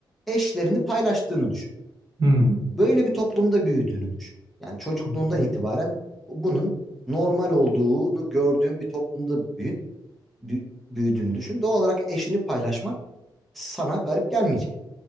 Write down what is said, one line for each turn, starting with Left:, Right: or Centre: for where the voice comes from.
Centre: eşlerini paylaştığını düşün.
Right: Hı. Hı
Centre: Böyle bir toplumda büyüdüğünü düşün. Yani çocukluğundan
Right: hı.
Centre: itibaren bunun normal olduğunu gördüğün bir toplumda büyü, büyü- büyüdüğünü düşün. Doğal olarak eşini paylaşman sana garip gelmeyecek.